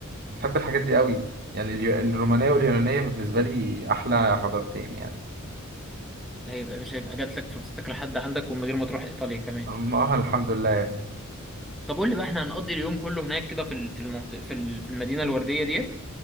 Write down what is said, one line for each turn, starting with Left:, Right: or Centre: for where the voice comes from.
Right: بحب الحاجات دي قوي يعني اليو- الرومانية واليونانية بالنسبة لي أحلى حضارتين يعني
Centre: هيبقى مش هيبقى جاتلك فرصتك لحد عندك ومن غير ما تروح إيطاليا كمان
Right: أما اه الحمد لله يعني
Centre: طب قول لي بقى احنا هنقضي اليوم كله هناك كده في ال- في المنطقة في ال- في المدينة الوردية ديت